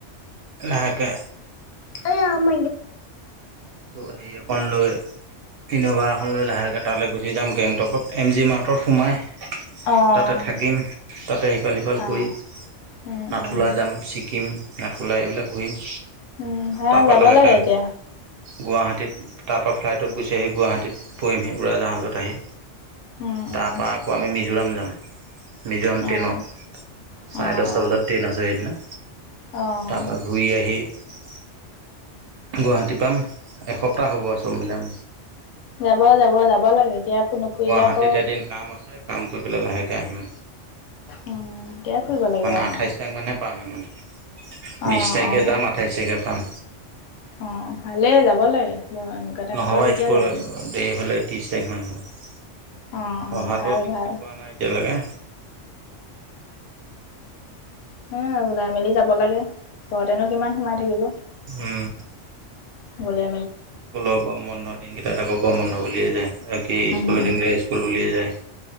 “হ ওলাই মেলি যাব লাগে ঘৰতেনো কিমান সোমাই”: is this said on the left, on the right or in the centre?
Left